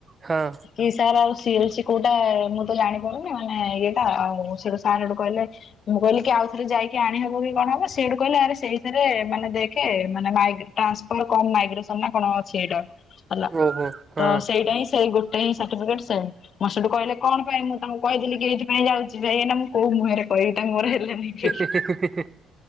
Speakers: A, on the right; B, on the left.
A: ହଁ।
B: କି ସାର୍ ଆଉ ସିଏଲ ସି କୋଉଟା ମୁଁ ତ ଜାଣିପାରୁନି ମାନେ ଇଏଟା ଆଉ ସେଟୁ ସାର୍ ହେଠୁ କହିଲେ ମୁଁ କହିଲି କି ଆଉ ଥରେ ଯାଇକି ଆଣିହବ କି କଣ ହବ ସେଇଠୁ କହିଲେ ଆରେ ସେଇଥିରେ ମାନେ ଦେଖେ ମାନେ ମାଇଗ୍ରେ ଟ୍ରାନ୍ସପଲ କଣ ମାଇଗ୍ରେସନ ନା କଣ ଅଛି ଏଇଟା ହେଲା
A: ହଁ ଓହୋ ହଁ
B: ତ ସ ସେଇଟା ହିଁ ସେଇ ଗୋଟେ ହିଁ ସାର୍ଟିଫିକେଟ ସେମ୍। ମୁଁ ସେଠୁ କହିଲେ କଣ ପାଇଁ ମୁଁ ତାଙ୍କୁ କହିଥିଲି କି ଏଇଥିପାଇଁ ଯାଉଛି ଯାଇ ଏ ନା ମୁଁ କଉ ମୁହଁରେ କହିବି ତାଙ୍କୁ ମୋର ହେଲାନି। ବୋଲି।
A: ହି ହି ହି ହି